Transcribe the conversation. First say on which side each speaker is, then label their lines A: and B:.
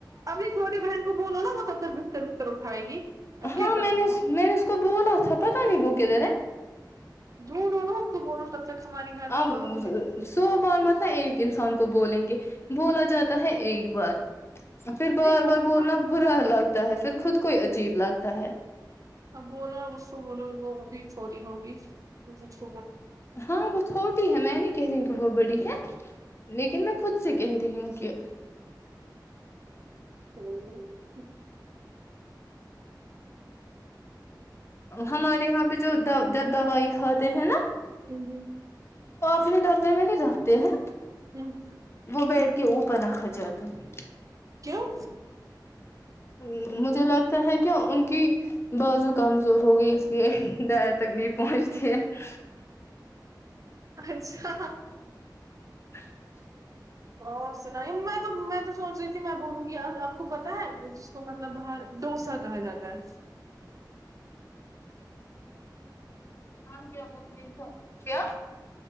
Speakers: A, on the right; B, on the left.
A: اپنی چھوٹی بہن کو بولو نا وہ تب تک ب اٹھائے گی اب
B: ہاں
A: کیا کرتی
B: میں نے
A: ہو
B: میں نے اس کو بولا تھا پتا نہیں وہ کدھر ہے
A: <inaudible> ہیلپ
B: اب
A: کرو ہمیں
B: سو بار مطلب ایک انسان کو بولیں گے بولا جاتا ہے ایک بار پھر
A: نہیں
B: بار
A: بولو
B: بار بولنا
A: نا
B: برا الگ ہے پھر خود کوئی عجیب لگتا ہے
A: اب بولو اب اس کو بولو وہ ابھی چھوی ہوگی م
B: ہاں وہ چھوٹی ہے میں نہیں کہہ رہی ہوں کہ وہ بڑی ہے لیکن میں خود سے کہہ رہی ہوں کہ
A: ہوں <unintelligible>
B: ہمارے یہاں پہ جو جب دوائی کھاتے ہیں نا
A: ہوں ہ
B: کتنے ڈبے میں بھی جاتے ہیں
A: ہ <unintelligible>
B: وہ بیڈ کے اوپر رکھا جاتا ہے
A: کیوں
B: ہ مجھے لگتا ہے کہ ان کی بازو کمزور ہو گئی یہ ڈائر تک نہیں پہنچتی تھ <unintelligible>
A: اچھا
B: <inaudible>
A: اور سناائی میں تو میں تو سوچ رہی تھی میں بولوں گی آپ کو پتہ ہے جس کو مطلب باہر ڈوسا کہا جاتا ہے
B: ہم کیا وہ تھا <inaudible> کیا